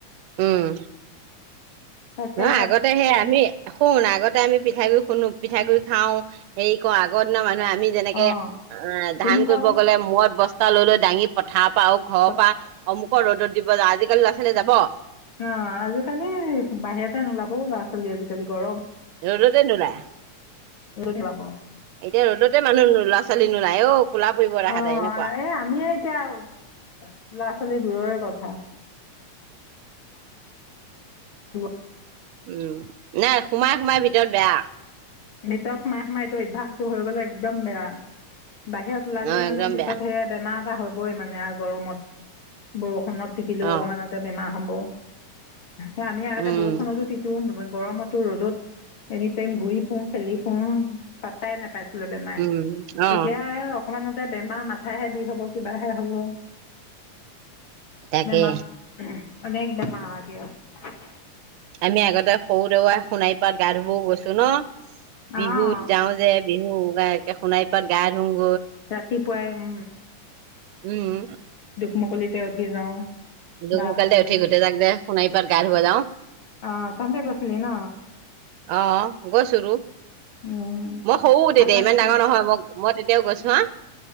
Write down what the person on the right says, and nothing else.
উম।
নহ আগতে সে আমি শুন আগতে আমি পিঠাগুৰি শুনো পিঠাগুৰি খাও হেৰি কৰ কওঁ আগৰ দিনৰ মানুহে আমি যেনেকে
অ'
ধান কৰিব গ'লে মূৰত বস্তা লৈ লৈ দাঙি পথাৰ পাওঁ‌ ঘৰৰ
পৰা অমুক ৰ'দত দিব যাওঁ আজিকালি ল'ৰা ছালী যাব
ৰ'দতে নোলায়
এতিয়া ৰ'দতে মানুহ লৰা ছোৱালী নো যাই অ' কোলা পৰিব তাহাঁতে
এনেকুৱা
উম নাই সোমাই সোমাই ভিতৰত বেয়া
অ একদম
বেয়া
অ
উম
উম অ
তাকে
আমি আগতে সৰু দৌৱা সোণাই পাৰত গা ধুবও গৈছো ন বিহুত
যাওঁ যে বিহু সোণাৰ পাৰত গা ধুওঁ
উম
দুখ
মুকালিতে
উঠি গোটেই যাক যে শোনাই পাৰত গা ধুব যাওঁ।
অহ গৈছো টো।
মই সৰু
তেতিয়া
ইমান ডাঙৰ নহয় মই মই তেতিয়াও গৈছোঁ হা